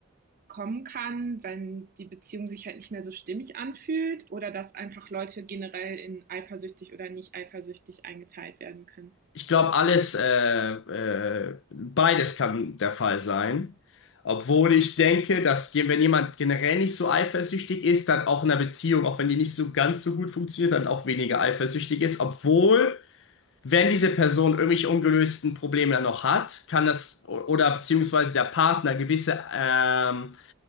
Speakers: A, on the right; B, on the left.
A: kommen kann, wenn die Beziehung sich halt nicht mehr so stimmig anfühlt oder dass einfach Leute generell in eifersüchtig oder nicht eifersüchtig eingeteilt werden können?
B: Ich glaube, alles, äh, äh, beides kann der Fall sein. Obwohl ich denke, dass je- wenn jemand generell nicht so eifersüchtig ist, dann auch in einer Beziehung, auch wenn die nicht so ganz so gut funktioniert, dann auch weniger eifersüchtig ist, obwohl Wenn diese Person irgendwelche ungelösten Probleme noch hat, kann das oder beziehungsweise der Partner gewisse ähm,